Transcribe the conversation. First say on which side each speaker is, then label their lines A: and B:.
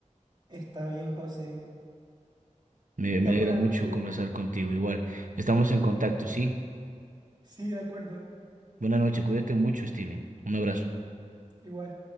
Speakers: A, on the right; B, on the right.
A: Está bien, José.
B: Me, me
A: Ten
B: alegra
A: buena
B: mucho
A: noche.
B: conversar contigo. Igual, estamos en contacto, ¿sí?
A: Sí, de acuerdo.
B: Buenas noches, cuídate mucho, Steven. Un abrazo.
A: Igual.